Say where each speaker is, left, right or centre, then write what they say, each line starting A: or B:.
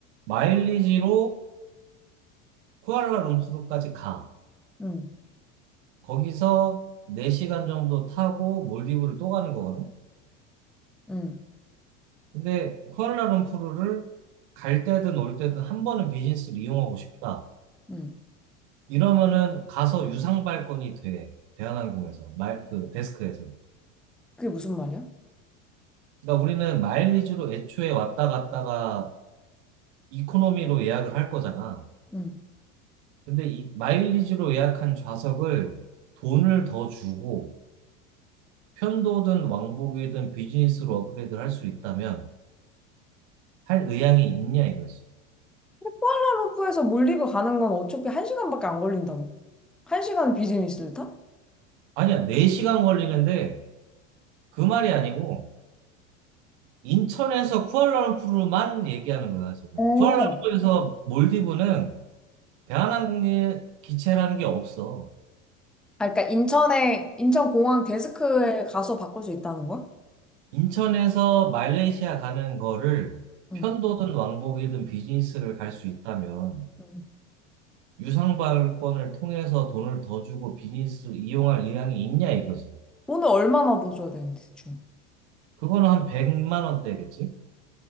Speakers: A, on the right; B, in the centre.
A: 마일리지로 쿠알라룸푸르까지 가.
B: 응,
A: 거기서 4시간 정도 타고 몰디브를 또 가는 거거든.
B: 응,
A: 근데 쿠알라룸푸르를 갈 때든 올 때든 한 번은 비즈니스를 이용하고 싶다.
B: 응.
A: 이러면은 가서 유상 발권이 돼. 대한항공에서 말 그 데스크에서.
B: 그게 무슨 말이야?
A: 그러니까 우리는 마일리지로 애초에 왔다 갔다가 이코노미로 예약을 할 거잖아.
B: 응.
A: 근데 이 마일리지로 예약한 좌석을 돈을 더 주고 편도든 왕복이든 비즈니스로 업그레이드를 할 수 있다면 할 의향이 있냐 이거지.
B: 쿠알라룸푸르에서 몰디브 가는 건 어차피 한 시간밖에 안 걸린다며. 한 시간 비즈니스를 타?
A: 아니야, 4시간 걸리는데 그 말이 아니고 인천에서 쿠알라룸푸르만 얘기하는 거야, 지금.
B: 어.
A: 쿠알라룸푸르에서 몰디브는 대한항공의 기체라는 게 없어.
B: 아, 그러니까 인천에 인천공항 데스크에 가서 바꿀 수 있다는 거야?
A: 인천에서 말레이시아 가는 거를
B: 응.
A: 편도든 왕복이든 비즈니스를 갈 수 있다면
B: 응.
A: 유상발권을 통해서 돈을 더 주고 비즈니스를 이용할 의향이 있냐 이거지.
B: 돈을 얼마나 더 줘야 되는데 대충?
A: 그거는 한 100만 원대겠지?